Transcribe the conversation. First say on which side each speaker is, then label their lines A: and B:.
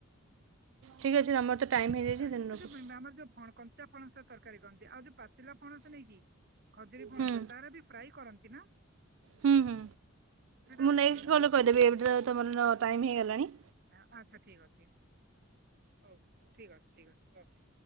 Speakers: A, on the right; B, on the right.
A: ଠିକ୍ ଅଛି ତମର ତ ଟାଇମ୍ ହେଇଯାଇଛି
B: <unintelligible>
A: ତେଣୁ
B: ପାଚିଲା
A: ରଖୁଛି
B: ପଣସ ତରକାରୀ କରନ୍ତି ଆଉ ଯୋଉ ପାଚିଲା ପଣସ ନାଇକି ଖଜୁରୀ ପଣସ
A: ହୁଁ
B: ତାର ବି ଫ୍ରାଇ କରନ୍ତି ନା?
A: ହୁଁ ହୁଁ
B: ସେଇଟା
A: ମୁଁ
B: କେମିତି
A: ନେକ୍ଟ
B: କରନ୍ତି
A: କଲରେ କହିଦେବି ଏବେ ତ ତମର ଟାଇମ ହେଇଗଲାଣି।
B: ଆ ଆଚ୍ଛା ଠିକ୍ ଅଛି। ହୋଉ ହୋଉ ଠି୍କ ଅଛି ଠିକ୍ ଅଛି ଓକେ।